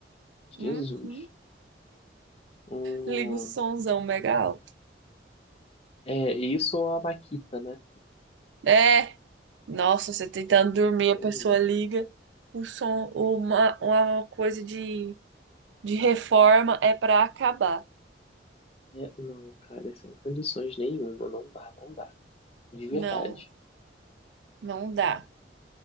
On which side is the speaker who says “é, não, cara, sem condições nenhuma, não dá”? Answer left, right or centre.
Left